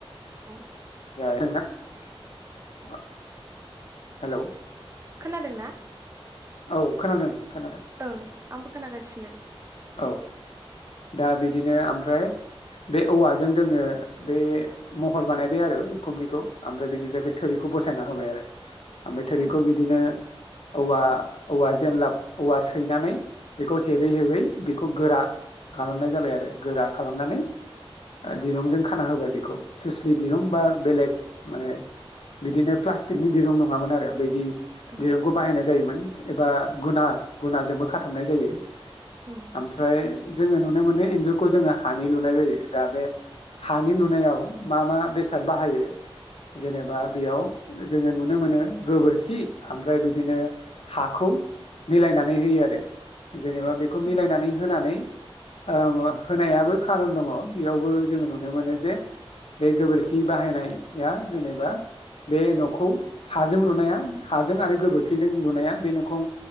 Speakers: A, on the right; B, on the left.
A: औ
B: <unintelligible> हेलौ
A: खोनादों ना?
B: औ खोनादों खोनादों
A: ओं आंबो खोनागासिनो
B: औ औ दा बिदिनो ओमफ्राय‌ बे औवाजों जोङो बे महर बानायबाय आरो उखुमनिखौ ओमफ्राय बेनिफ्राय बे थोरिखौ बसायना होबाय आरो ओमफ्राय थोरिखौ
A: औ
B: बिदिनो औवा औवा जेनलाब औवा सैनानै बेखौ हेबै हेबै बेखौ गोरा खालामनाय जाबाय आरो गोरा खालामनानै दिरुंजों खाना होबाय बेखौ सुसलि दिरुं बा बेलेग माने बिदिनो प्लास्टिकनि दिरुं नङामोन आरो बैदि
A: औ
B: दिरुंखौ बाहायनाय जायोमोन एबा गुना गुनाजोंबो खाथाबनाय जायो।
A: औ
B: ओमफ्राय जोङो नुनो मोनो इन्जुरखौ जोङो हानि लुनाय जायो दा बे हानि लुनायाव मा मा बेसाद बाहायो‌ जेनेबा बेयाव जोङो नुनो मोनो गोबोरखि ओमफ्राय बिदिनो हाखौ मिलायनानै होयो आरो जेनेबा बेखौ
A: औ
B: मिलायनानै होनानै ओ होनायाबो खारन दङ बेयावबो जोङो नुनो मोनो जे बे गोबोरखि बाहायनाया जेनेबा बे न'खौ हाजों लुनाया हाजों आरो गोबोरखिजों लुनाया बे न'खौ